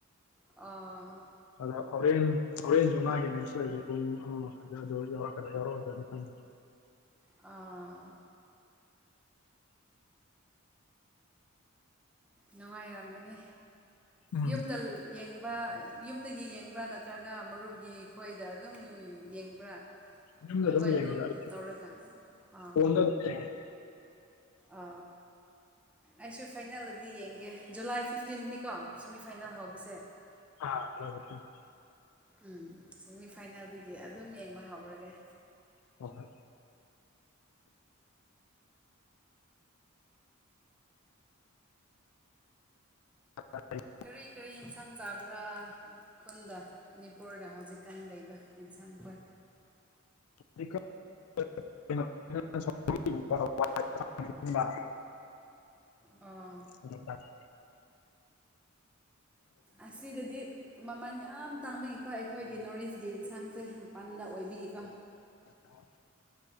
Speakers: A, in the centre; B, on the left.
A: ꯑ
B: ꯑꯗ ꯍꯣꯔꯦꯟ ꯍꯣꯔꯦꯟꯁꯨ ꯃꯥꯒꯤ ꯃꯦꯁ ꯑꯣꯏꯕꯁꯦ ꯄꯨꯡ ꯑꯃ ꯃꯈꯥꯏꯗ ꯑꯗꯨ ꯌꯥꯎꯔꯛꯀꯗ ꯌꯥꯎꯔꯛꯑꯣꯣꯏꯗ꯭ꯔꯗꯤ ꯈꯪꯗꯦ
A: ꯑꯥ ꯅꯨꯡꯉꯥꯏꯔꯝꯒꯅꯤ
B: ꯎꯝ
A: ꯌꯨꯝꯗ ꯌꯦꯡꯕ ꯌꯨꯝꯗꯒꯤ ꯌꯦꯡꯕ꯭ꯔꯥ ꯅꯠꯇ꯭ꯔꯒ ꯃꯔꯨꯞꯀꯤ ꯈꯣꯏꯗ ꯑꯗꯨꯝ ꯌꯦꯡꯕ꯭ꯔꯥ
B: ꯌꯨꯝꯗ
A: ꯅꯈꯣꯏ
B: ꯑꯗꯨꯝ ꯌꯦꯡꯉꯤꯗ
A: ꯒ꯭ꯔꯨꯞ
B: ꯑꯩ
A: ꯇꯧꯔꯒ ꯑꯥ
B: ꯐꯣꯟꯗ ꯑꯗꯨꯝ ꯌꯦꯡꯉꯦ
A: ꯑ ꯑꯩꯁꯨ ꯐꯥꯏꯅꯦꯜꯗꯗꯤ ꯌꯦꯡꯒꯦ ꯖꯨꯂꯥꯏ ꯐꯤꯐꯇꯤꯟꯅꯤꯀꯣ ꯁꯤꯦꯃꯤꯐꯥꯏꯅꯦꯜ ꯍꯧꯕꯁꯦ
B: ꯑꯥ
A: ꯎꯝ ꯁꯦꯃꯤꯐꯥꯏꯅꯦꯜꯗꯒꯤ ꯑꯗꯨꯝ ꯌꯦꯡꯕ ꯍꯧꯔꯒꯦ
B: ꯍꯣꯏ ꯍꯣꯏ ꯑ
A: ꯀꯔꯤ ꯀꯔꯤ ꯑꯦꯟꯁꯥꯡ ꯆꯥꯕ꯭ꯔꯥ ꯈꯨꯟꯗ ꯃꯅꯤꯄꯨꯔꯗ ꯍꯧꯖꯤꯛꯀꯥꯟ ꯂꯩꯕ ꯑꯦꯟꯁꯥꯡꯈꯣꯏ
B: <unintelligible>
A: ꯑꯥ
B: <unintelligible>
A: ꯑꯁꯤꯗꯗꯤ ꯃꯃꯜ ꯌꯥꯝ ꯇꯥꯡꯕꯤꯀꯣ ꯑꯩꯈꯣꯏꯒꯤ ꯅꯣꯔ ꯏꯁꯀꯤ ꯌꯦꯟꯁꯥꯡꯁꯦ ꯃꯄꯥꯟꯗ ꯑꯣꯏꯕꯤꯌꯦꯀꯣ
B: ꯑ